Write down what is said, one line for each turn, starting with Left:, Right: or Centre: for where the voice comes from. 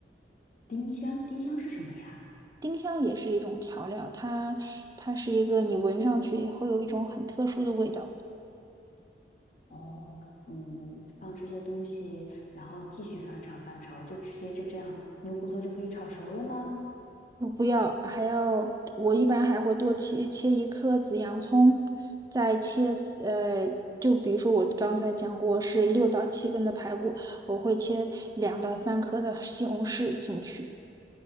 Left: 丁香，丁香是什么呀？
Right: 丁香也是一种调料，它它是一个你闻上去会有一种很特殊的味道。
Left: 哦，嗯，放这些东西，然后继续翻炒翻炒，就直接就这样，牛骨头就可以炒熟了吗？
Right: 不要，还要我一般还会多切切一颗紫洋葱，再切丝呃，就比如说我刚才讲过是六到七根的排骨，我会切两到三颗的西红柿进去，